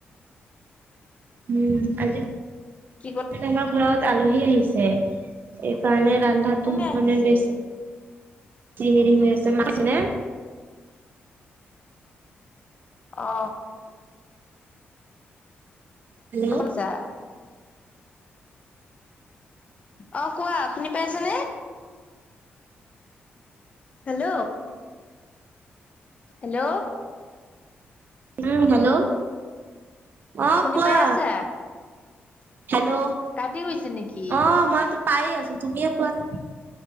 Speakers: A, on the right; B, on the left.
A: উম! আজি
B: <inaudible>
A: আমাৰ ঘৰত আলহী আহিছে। এইকাৰণে, ৰন্ধাটো
B: কোনে আহিছে
A: মানে বেছি কি হেৰি হৈ আছে। মাছনে?
B: অ। <unintelligible>
A: হেল্ল'
B: অ কোৱা শুনি পাইছনে? হেল্ল'। হেল্ল'।
A: উম হেল্ল' অ
B: শুনি
A: কোৱা।
B: পাই আছা
A: হেল্ল'
B: কাটি গৈছে নেকি
A: অ মই পায় আছো তুমিয়ে কোৱা নাই।